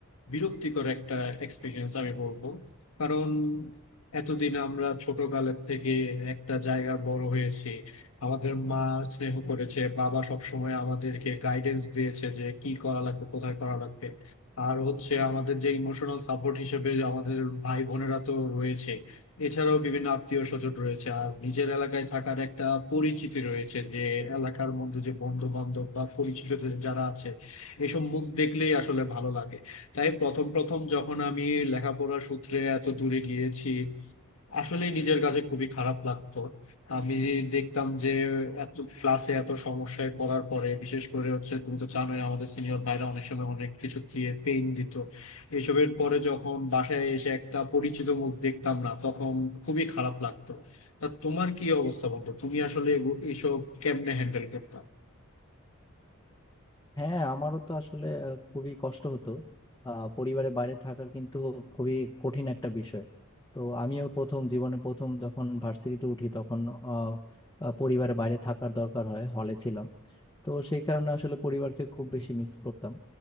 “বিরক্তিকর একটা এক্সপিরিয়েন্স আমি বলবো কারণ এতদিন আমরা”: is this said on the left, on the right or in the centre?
Left